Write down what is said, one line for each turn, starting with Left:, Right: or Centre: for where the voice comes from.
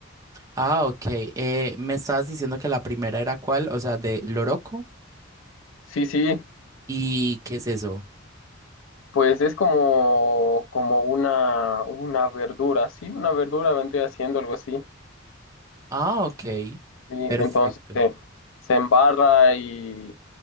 Right: Ah, ok. Eh, me estabas diciendo que la primera era cuál, o sea, de loroco.
Left: Sí, sí,
Right: ¿Y qué es eso?
Left: pues es como, como una, una verdura, sí, una verdura vendría siendo algo así.
Right: Ah, ok.
Left: Sí,
Right: Perfecto.
Left: entonces eh, se embarra y,